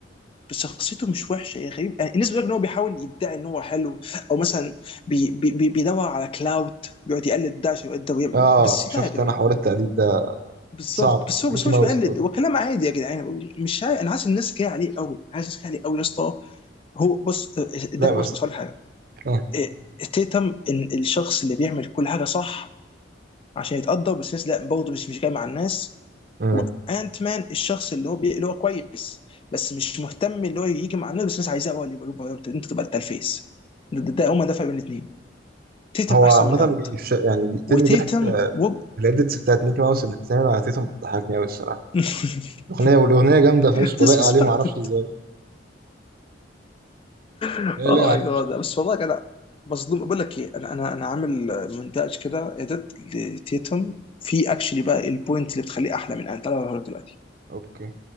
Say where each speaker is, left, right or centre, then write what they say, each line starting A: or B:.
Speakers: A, on the left (about 30°); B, on the right (about 55°).
A: بس شخصيته مش وحشه يا غريب يعني الناس بتقول ان هو بيحاول يدعي ان هو حلو او مثلا بي بي بي- بيدور على كلاوت بيقعد يقلد ده عشان يقدر يعمل-
B: اه
A: بس
B: شفت
A: لا يا جدعان
B: انا حوار التقليد ده
A: بالظبط
B: صعب
A: بس هو
B: ميكي
A: بس هو
B: ماوس
A: مش بيقلد
B: قوي
A: هو كلام عادي يا جدعان مش عارف انا حاسس الناس جايه عليه قوي حاسس الناس جايه عليه قوي يا اسطى هو بص ده
B: لا
A: بص
B: بس
A: بص هقول لك حاجه
B: اه
A: إيه، تيتم ان الشخص اللي بيعمل كل حاجه صح عشان يتقدر بس الناس لا برضه مش مش جاي مع الناس
B: مم.
A: وانت مان الشخص اللي هو بي... اللي هو كويس بس مش مهتم اللي هو يجي مع الناس بس الناس عايزاه هو اللي يبقى يبقى- انت أنت تبقى انت الفيس ده, ده, ده هما ده فرق بين الاثنين تيتم
B: هو
A: احسن
B: عامة
A: من انت
B: بيش... يعني بيقتلني
A: وتيتم
B: ضحك آه،
A: وب
B: الإديتس بتاعت ميكي ماوس اللي بتتعمل على تيتم بتضحكني أوي الصراحة
A: <laughs>
B: الأغنية والأغنية جامدة فشخ
A: <applause> disrespected
B: ولايقة عليه معرفش إزاي
A: اوه
B: هي لايقة
A: ماي
B: عليه
A: جاد
B: فشخ.
A: بس والله انا مظلوم بقول لك ايه انا انا انا عامل مونتاج كده اديت لتيتم في اكشلي بقى البوينت اللي بتخليه احلى من انت تعالى أوريك دلوقتي
B: أوكي